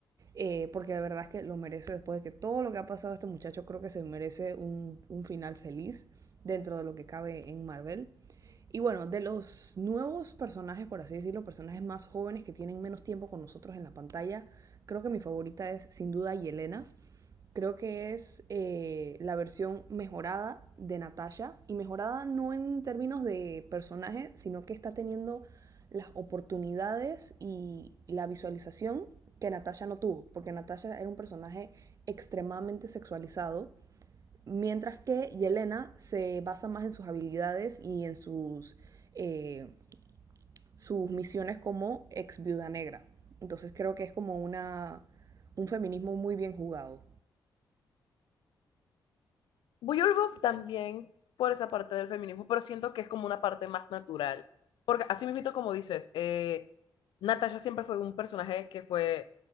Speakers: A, on the right (about 45°); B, on the left (about 80°).
A: eh, porque de verdad es que lo merece después de que todo lo que ha pasado a este muchacho, creo que se merece un, un final feliz dentro de lo que cabe en Marvel. Y bueno, de los nuevos personajes, por así decirlo, personajes más jóvenes que tienen menos tiempo con nosotros en la pantalla, creo que mi favorita es sin duda Yelena. Creo que es eh, la versión mejorada de Natasha. Y mejorada no en términos de personaje, sino que está teniendo las oportunidades y la visualización que Natasha no tuvo. Porque Natasha era un personaje extremadamente sexualizado. Mientras que Yelena se basa más en sus habilidades y en sus, eh, sus misiones como ex viuda negra. Entonces creo que es como una, un feminismo muy bien jugado.
B: Buyolbo también por esa parte del feminismo, pero siento que es como una parte más natural. Porque así mismo, como dices, eh, Natasha siempre fue un personaje que fue